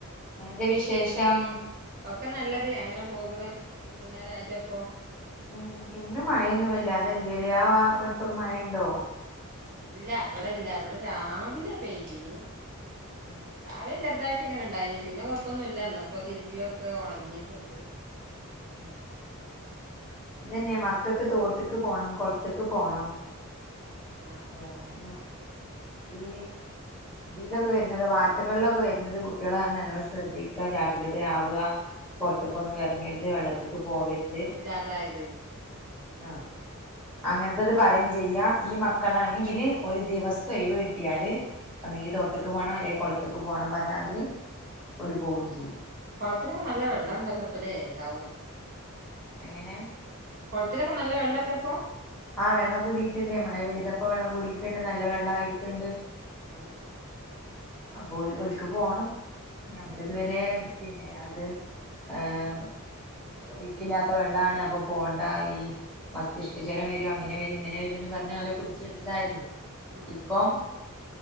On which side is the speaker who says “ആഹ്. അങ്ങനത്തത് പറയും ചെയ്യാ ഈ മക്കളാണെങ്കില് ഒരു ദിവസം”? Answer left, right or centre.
Centre